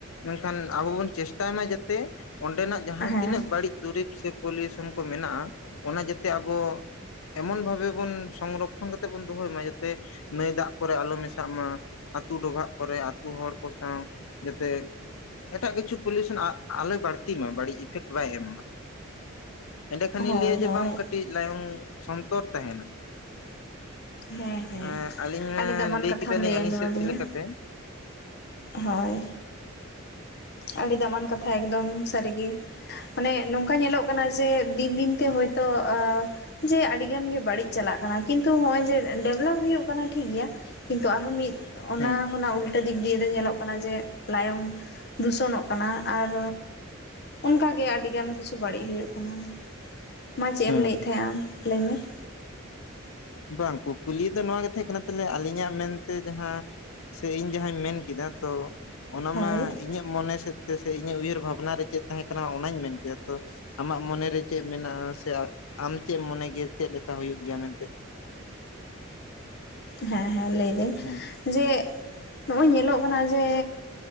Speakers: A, on the left; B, on the left.
A: ᱢᱮᱱᱠᱷᱟᱱ ᱟᱵᱚ ᱵᱚᱱ ᱪᱮᱥᱴᱟᱭ ᱢᱟ ᱡᱟᱛᱮ, ᱚᱸᱰᱮᱱᱟᱜ ᱡᱟᱦᱟᱸ
B: ᱦᱮᱸ
A: ᱛᱤᱱᱟᱹᱜ ᱵᱟᱹᱲᱤᱡ ᱫᱩᱨᱤᱵᱽ ᱥᱮᱼᱼ ᱤᱭᱚᱱ ᱢᱮᱱᱟᱜᱼᱟ ᱚᱱᱟ ᱡᱟᱛᱮ ᱟᱵᱚ ᱮᱢᱚᱱ ᱵᱷᱟᱵᱮ, ᱚᱱ ᱥᱚᱝᱨᱚᱠᱠᱷᱚᱱ ᱠᱟᱛᱮ ᱵᱚᱱ ᱫᱚᱦᱚᱭ ᱢᱟ ᱡᱟᱛᱮ ᱱᱟᱹᱭ ᱫᱟᱜ ᱠᱚᱨᱮ ᱟᱞᱚ ᱢᱮᱥᱟᱜ ᱢᱟ ᱾ ᱟᱹᱛᱩ ᱰᱚᱵᱷᱟᱜ ᱠᱚᱨᱮᱜ ᱟᱹᱛᱩ ᱦᱚᱲ ᱠᱚ ᱥᱟᱶ ᱡᱮᱛᱮ, ᱮᱴᱟᱜ ᱠᱤᱪᱷᱩ ᱯᱤᱭᱮᱥᱚᱱ ᱟᱞᱚᱭ ᱵᱟᱹᱲᱛᱤ ᱢᱟ ᱵᱟᱹᱲᱤᱡ ᱤᱯᱷᱮᱠᱴ ᱵᱟᱭ ᱮᱢ ᱢᱟ ᱾ ᱮᱸᱰᱮᱠᱷᱟᱱ
B: ᱦᱳᱭ
A: ᱤᱧ ᱞᱟᱹᱭᱟ ᱡᱮ
B: ᱦᱳᱭ
A: ᱵᱟᱝ ᱠᱟᱹᱴᱤᱡ ᱞᱟᱭᱚᱝ ᱥᱚᱱᱛᱚᱨ ᱛᱟᱦᱮᱱᱟ ᱾
B: ᱦᱮᱸ ᱦᱮᱸ
A: ᱦᱸ ᱟᱹᱞᱤᱧ ᱢᱟ
B: ᱟᱹᱰᱤ ᱫᱟᱢᱟᱱ
A: ᱞᱟᱹᱭ
B: ᱠᱟᱛᱷᱟᱢ
A: ᱠᱮᱫᱟᱞᱤᱧ ᱟᱹᱞᱤᱧ
B: ᱟᱸᱡᱚᱢ
A: ᱥᱮᱫ
B: ᱟᱹᱫᱤᱧᱟ
A: ᱥᱮᱫ ᱞᱮᱠᱟ ᱛᱮ ᱾
B: ᱦᱳᱭ ᱾ ᱟᱹᱰᱤ ᱫᱟᱢᱟᱱ ᱠᱟᱛᱷᱟ ᱮᱠᱫᱚᱢ ᱥᱟᱹᱨᱤ ᱜᱮ ᱾ ᱢᱟᱱᱮ ᱱᱚᱝᱠᱟ ᱧᱮᱞᱚᱜ ᱠᱟᱱᱟ ᱡᱮ ᱫᱤᱱ ᱫᱤᱱᱛᱮ ᱦᱚᱭᱛᱚ, ᱡᱮ ᱟᱹᱰᱤᱜᱟᱱ ᱜᱮ ᱵᱟᱹᱲᱤᱡ ᱪᱟᱞᱟᱜ ᱠᱟᱱᱟ, ᱠᱤᱱᱛᱩ ᱱᱚᱜᱼᱚᱭ ᱡᱮ ᱰᱮᱵᱷᱞᱚᱯ ᱦᱩᱭᱩᱜ ᱠᱟᱱᱟ ᱴᱷᱤᱠ ᱜᱮᱭᱟ ᱾ ᱠᱤᱱᱛᱩ ᱟᱨᱦᱚᱸ ᱢᱤᱫ ᱚᱱᱟ
A: ᱦᱮᱸ
B: ᱠᱷᱚᱱᱟᱜ ᱩᱞᱴᱟᱹ ᱫᱤᱠ ᱫᱤᱭᱮ ᱫᱚ ᱧᱮᱞᱚᱜ ᱠᱟᱱᱟ ᱡᱮ ᱞᱟᱭᱚᱝ ᱫᱩᱥᱚᱱᱚᱜ ᱠᱟᱱᱟ, ᱟᱨ ᱚᱱᱠᱟᱜ ᱜᱮ ᱟᱹᱰᱤᱜᱟᱱ ᱠᱤᱪᱷᱩ ᱵᱟᱹᱲᱤᱡ ᱦᱩᱭᱩᱜ ᱠᱟᱱᱟ ᱾ ᱢᱟ ᱪᱮᱫ
A: ᱦᱮᱸ
B: ᱮᱢ ᱞᱟᱹᱭᱮᱫ ᱛᱟᱦᱮᱸᱱᱟ ᱟᱢ ᱞᱟᱹᱭ ᱢᱮ ᱾
A: ᱵᱟᱝ ᱠᱩᱠᱞᱤ ᱫᱚ ᱱᱚᱣᱟᱜᱮ ᱛᱟᱦᱮᱸ ᱠᱟᱱᱟ ᱛᱟᱦᱚᱞᱮ ᱟᱹᱞᱤᱧᱟᱜ ᱢᱮᱱᱛᱮ ᱡᱟᱦᱟᱸ ᱥᱮ ᱤᱧ ᱡᱟᱦᱟᱧ ᱢᱮᱱ ᱠᱮᱫᱟ ᱛᱚ ᱚᱱᱟᱢᱟ
B: ᱦᱳᱭ
A: ᱤᱧᱟᱹᱜ ᱢᱚᱱᱮ ᱥᱮᱫ ᱥᱮ ᱤᱧᱟᱹᱜ ᱩᱭᱦᱟᱹᱨ ᱵᱷᱟᱵᱽᱱᱟ ᱨᱮ ᱪᱮᱫ ᱛᱟᱦᱮᱸ ᱠᱟᱱᱟ ᱚᱱᱟᱧ ᱢᱮᱱ ᱠᱮᱫᱟ ᱛᱚ᱾ ᱟᱢᱟᱜ ᱢᱚᱱᱮ ᱨᱮ ᱪᱮᱫ ᱢᱮᱱᱟᱜᱼᱟ ᱥᱮ ᱟᱢ ᱪᱮᱫ ᱢᱚᱱᱮ ᱜᱮᱭᱟ ᱪᱮᱫ ᱞᱮᱠᱟ ᱦᱩᱭᱩᱜ ᱜᱮᱭᱟ ᱢᱮᱱᱛᱮ?
B: ᱦᱮᱸ ᱦᱮᱸ ᱞᱟᱹᱭᱫᱟᱹᱧ ᱾
A: ᱦᱮᱸ᱾
B: ᱡᱮ ᱱᱚᱜᱼᱚᱭ ᱧᱮᱞᱚᱜ ᱠᱟᱱᱟ ᱡᱮ